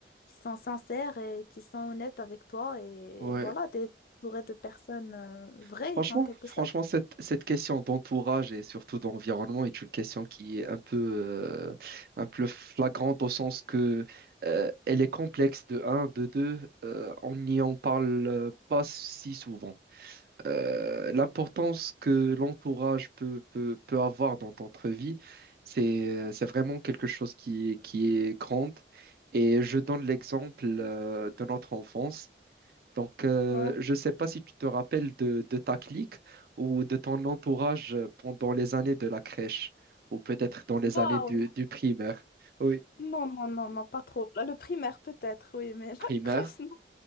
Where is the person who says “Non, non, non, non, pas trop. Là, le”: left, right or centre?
Left